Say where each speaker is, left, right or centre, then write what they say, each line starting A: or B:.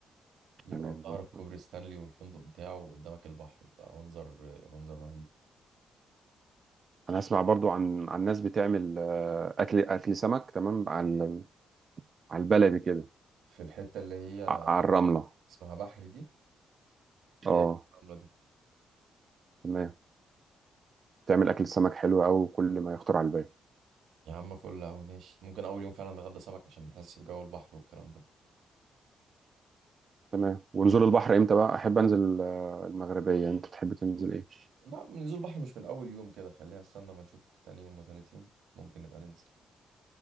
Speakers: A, on the right (about 85°); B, on the right (about 40°).
A: يبقى
B: تمام
A: في
B: زي
A: ظهرك
B: الفل
A: كوبري ستانلي والفندق بتاعه وقدامك البحر يبقى منظر آه، منظر رهيب
B: انا اسمع برضو عن عن ناس بتعمل آه، اكل اكل سمك تمام على على البلدي كده
A: في الحتة اللي هي
B: ع- على الرمله
A: اسمها بحر دي
B: اه
A: ايه الرملة دي
B: تمام تعمل اكل سمك حلو قوي كل ما يخطر على البال
A: يا عم فل أوي ماشي ممكن أول يوم فعلا نتغدى سمك عشان نحس بجو البحر والكلام ده
B: تمام ونزول البحر امتى بقى احب انزل آه، المغربيه انت تحب تنزل
A: قول.
B: ايه
A: لا من نزول بحر مش من أول يوم كده خليها استنى ما نشوف تاني يوم وتالت يوم ممكن نبقى ننزل